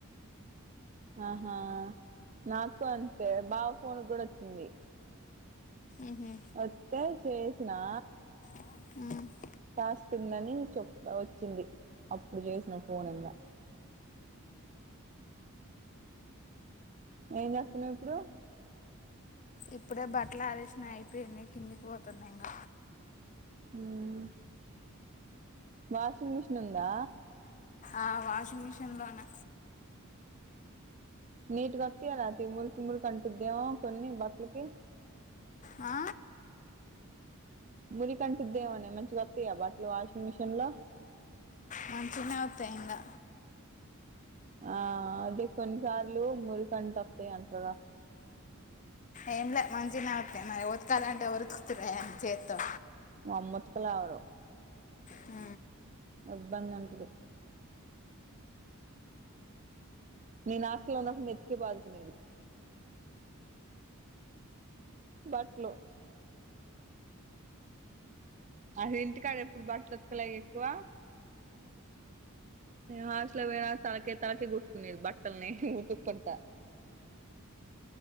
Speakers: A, on the right; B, on the left.
A: ఆహా నా కంతే బావ ఫోన్ కూడొచ్చి చింది
B: ఉహు
A: వొత్తే చేస్ స్నా
B: హ్మ
A: టాస్క్ ఉందని చెప్ వచ్చింది అప్పుడు చేసిన ఫోన్ంద ఏం చేస్తున్నావు ఇప్పుడూ
B: ఇప్పుడే బట్లు ఆరేసిన అయిపోయింది కిందికి పోతున్నా ఇంగ
A: ఉమ్ వాషింగ్ మిషిన్ ఉందా
B: ఆ వాషింగ్ మిషన్లోనే
A: నీట్గా వత్తయ రాతి మురికి మురికి అంటుద్దేమో కొన్ని బట్టలకి
B: ఆ
A: మురి కంటిద్దేమోనే మంచిగా వస్తాయా బట్లు వాషింగ్ మిషన్ లో
B: మంచినే వతాయి ఇంకా
A: ఆ అదే కొన్నిసార్లు మురికంట వస్తాయి అంటగా
B: ఏంలే మంచి న వవుతాయి మరి ఉతకాలంటే ఉరుకుతున్నాయిని చేత్తో
A: అమ్మత్ కలావరు
B: ఆ
A: బ్బంద అంటది నీ నాస్లో ఉన్నప్పుడు నెత్తికే బాదుకునేది బట్లో అది ఇంటికాడ ఎప్పుడు బట్టలు ఉతకలే ఎక్కువ హస్లో పో తలకే తలకే కొట్టుకునేది బట్టలని ఉతుకు పంట